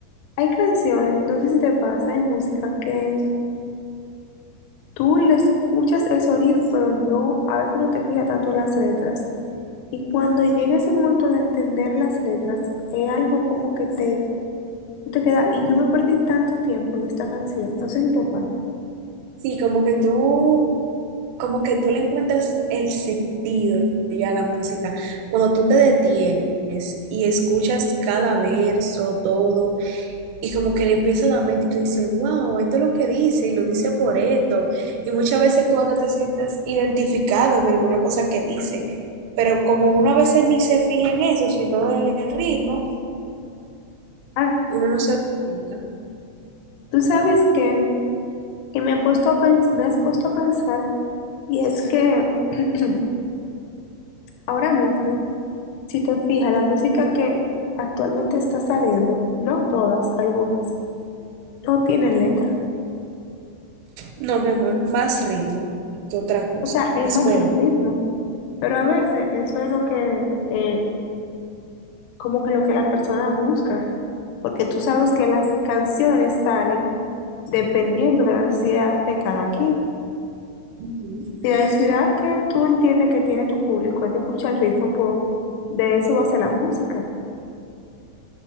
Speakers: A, on the left; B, on the right.
A: Hay canciones, no sé si te pasa, hay música que Tú le escuchas el sonido, pero no, a veces no te fijas tanto en las letras. Y cuando llega ese momento de entender las letras, es algo como que te, tú te queda, y yo me perdí tanto tiempo de esta canción, no sé si te pasa.
B: Sí, como que tú, como que tú le encuentras el sentido ya a la música. Cuando tú te detienes y escuchas cada verso, todo, Y como que le empieza a dar mente y tú dices, wow, esto es lo que dice y lo dice por esto. Y muchas veces tú hasta te sientes identificado en alguna cosa que dice. Pero como uno a veces ni se fija en eso, sino en el ritmo,
A: Ah,
B: uno no se da cuenta.
A: tú sabes que, que me ha puesto a pens- me has puesto a pensar, y es que <clears throat> ahora mismo, si te fijas, la música que actualmente está saliendo, no todas, algunas, no tienen letra.
B: No, mi amor, más ritmo que otra cosa.
A: O sea, es
B: Es
A: más
B: verdad.
A: el ritmo. Pero a veces eso es lo que, eh, como que lo que las personas buscan, porque tú sabes que las canciones salen dependiendo de la necesidad de cada quien.
B: Ujú.
A: Y la necesidad que tú entiendes que tiene tu público es de escuchar el ritmo, pues, de eso va a ser la música.